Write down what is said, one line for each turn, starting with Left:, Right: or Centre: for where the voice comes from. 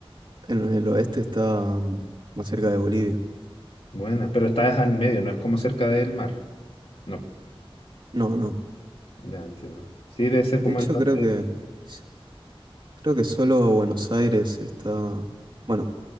Right: En el oeste está mm, más cerca de Bolivia.
Left: buena, pero está es al medio, no es como cerca del mar. No,
Right: No, no.
Left: ya entiendo. Sí, debe ser
Right: De
Left: como
Right: hecho,
Left: el norte
Right: creo que,
Left: de Chile.
Right: s- creo que solo Buenos Aires está, bueno,